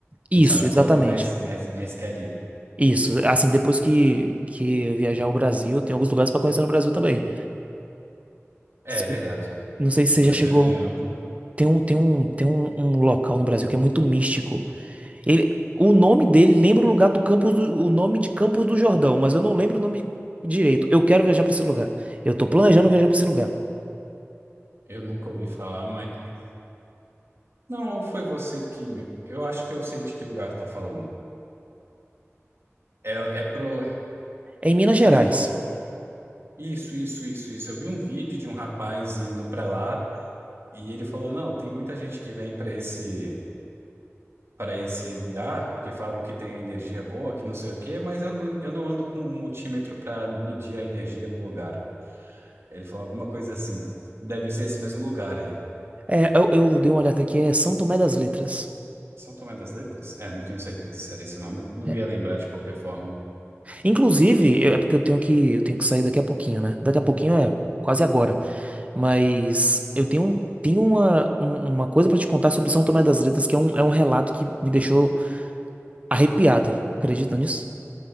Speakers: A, on the right; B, on the right.
A: Isso,
B: Não sabe
A: exatamente.
B: quando, mas, mas, mas quer ir.
A: Isso. Assim, depois que que eu viajar ao Brasil, tem alguns lugares para conhecer no Brasil também.
B: É
A: Se-
B: verdade.
A: Não sei se
B: O
A: você
B: Brasil
A: já chegou.
B: é bem amplo.
A: Tem um, tem um, tem um, um local no Brasil que é muito místico. Ele, o nome dele lembra o lugar do Campos do, o nome de Campos do Jordão, mas eu não lembro o nome direito. Eu quero viajar para esse lugar. Eu tô planejando viajar para esse lugar.
B: Eu nunca ouvi falar, mas Não, ou foi você que me. Eu acho que eu sei de que lugar você tá falando. É, é pro. é-
A: É em Minas Gerais.
B: Eu não vou. é- Isso, isso, isso, isso. Eu vi um vídeo de um rapaz indo pra lá e ele falou: não, tem muita gente que vem pra esse para esse lugar porque falam que tem a energia boa, que não sei o quê, mas eu não, eu não ando com um multímetro pra medir a energia do lugar. Ele falou alguma coisa assim. Deve ser esse mesmo lugar aí.
A: É, eu, eu dei uma olhada aqui, é São Tomé das Letras.
B: São Tomé das Letras? É, não tenho certeza se era esse nome. Não
A: É.
B: ia lembrar de qualquer forma.
A: Inclusive, eu- é porque eu tenho que, eu tenho que sair daqui a pouquinho, né? Daqui a pouquinho é quase agora. Mas eu tenho, um- tenho uma, um- uma coisa para te contar sobre São Tomé das Letras, que é um, é um relato que me deixou arrepiado. Acredita nisso?